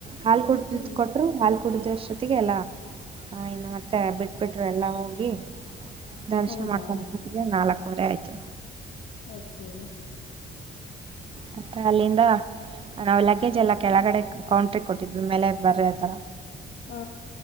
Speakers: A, on the right (about 30°); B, on the left (about 65°).
A: ಹಾಲು ಕುಡ
B: ಹ್ಮ್
A: ಕೊಟ್ಟರು ಹಾಲು ಕುಡುದು ಅಷ್ಟ ಜೊತೆಗೆ ಎಲ್ಲ ಹ ಇನ್ನು ಮತ್ತೆ ಬಿಟ್ ಬಿಟ್ರು ಎಲ್ಲಾ ಹೋಗಿ ದರ್ಶನ
B: ಹೌದಾ
A: ಮಾಡ್ಕೊಂಡ ಬರೋವರೆಗೆ ನಾಲ್ಕವರೆ ಆಯ್ತು.
B: ಓಕೆ.
A: ಮತ್ತೆ ಅಲ್ಲಿಂದ ನಾವೆಲ್ಲ. ಪಕೇಜ್ ಎಲ್ಲ ಕೆಳಗಡೆ ಕೌಂಟ್ರ ಕೊಟ್ಟಿದ್ವಿ ಮೇಲೆ ಬರ್ರೆ ತರ.
B: ಹ್ಮ